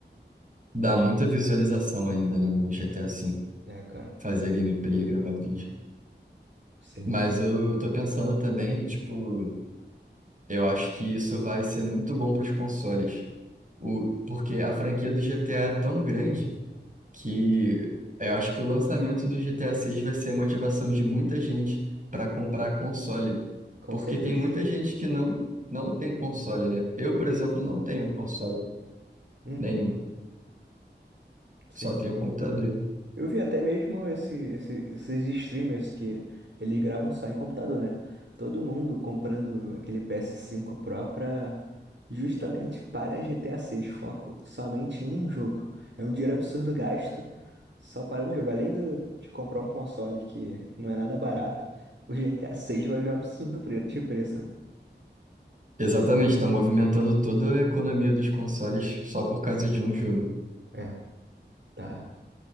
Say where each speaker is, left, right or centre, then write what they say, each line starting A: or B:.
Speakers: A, on the right; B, on the right.
A: Dá muita visualização ainda né, no GTA V,
B: É, cara.
A: fazer gameplay, gravar vídeo.
B: Sim,
A: Mas
B: sim.
A: eu tô pensando também, tipo, eu acho que isso vai ser muito bom para os consoles. O, porque a franquia do GTA é tão grande que eu acho que o lançamento do GTA 6 vai ser a motivação de muita gente para comprar console.
B: Com
A: Porque
B: certeza.
A: tem muita gente que não, não tem console, né? Eu, por exemplo, não tenho console
B: Uhum,
A: nenhum,
B: sim.
A: só tenho computador.
B: Eu vi até mesmo esse, esse- esses streamers que eles gravam só em computador, né? Todo mundo comprando aquele ps cinco Pro pra, justamente para GTA seis foco somente em um jogo. É um dinheiro absurdo gasto só para um jogo. Além do- de comprar um console que não é nada barato, o GTA seis vai vir um absurdo pre- de preço.
A: Exatamente, está movimentando toda a economia dos consoles só por causa de um jogo.
B: É, tá,